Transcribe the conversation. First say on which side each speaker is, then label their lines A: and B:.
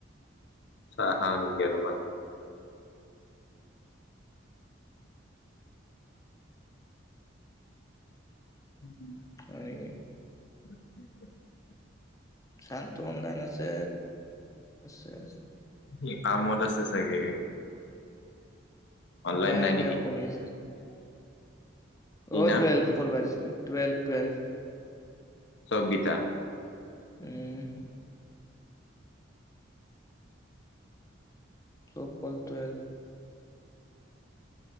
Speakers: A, on the left (about 65°); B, on the left (about 15°).
A: চাহা খালো <unintelligible> উম।
B: হয় নেকি?
A: <inaudible>
B: শান্তু অনলাইন আছে <unintelligible>
A: সি কামত আছে চাগে। অনলাইন
B: বেয়া
A: নাই
B: ইনকাম
A: নেকি
B: কৰি আছে। <inaudible>
A: কি
B: অ',
A: না
B: টুৱেলভ ফ'ল'ৱাচ। Twelve, twelve.
A: চব গীতা
B: উম। <unintelligible> টুৱেলভ।